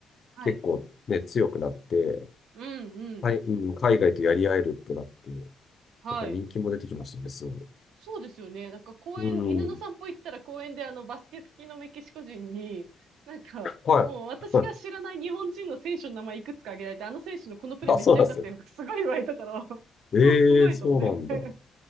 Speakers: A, on the right; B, on the left.
A: はい。
B: 結構ね、強くなって、
A: うんうん。
B: はいうん、海外とやり合えるってなって、や
A: はい。
B: っぱ人気も出てきましたね、すごい。
A: そうですよね。なんか公園、
B: うん。
A: 犬の散歩行ったら公園であのバスケ好きのメキシコ人に、なんか、
B: はい。
A: もう私が知らない日本人の選手の名前いくつか挙げられて、
B: <laughs>
A: あの選手のこのプレーめっちゃ良かったよとかすごい言われたから、
B: あ、そうなんですよ。
A: <laughs>
B: ええそうなんだ。
A: もうすごいと思って。<laughs>